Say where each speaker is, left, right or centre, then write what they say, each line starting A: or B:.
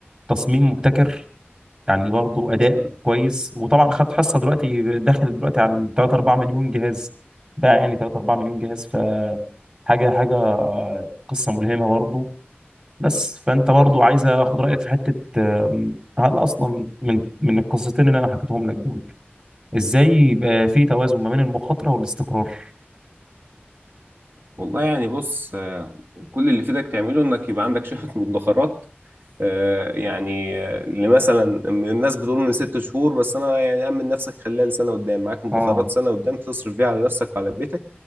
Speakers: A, on the right; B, on the right.
A: تصميم مبتكر يعني برضه اداء
B: م.
A: كويس وطبعا خد حصه دلوقتي داخل دلوقتي على 3 4 مليون جهاز ده يعني 3 4 مليون جهاز ف حاجه حاجه آه، قصه ملهمه برضه بس فانت برضو عايز اخد رايك في حته آم، هل اصلا من من القصتين اللي انا حكيتهم لك دول ازاي يبقى في توازن ما بين المخاطره والاستقرار
B: والله يعني بص آه، كل اللي يفيدك تعمله انك يبقى عندك <laughs> شهادة مدخرات آه، يعني آه، اللي مثلا من الناس بتقول من ست شهور بس انا يعني امن نفسك خلال سنة قدام معاك مدخرات
A: اه
B: سنة قدام تصرف فيها على نفسك وعلى بيتك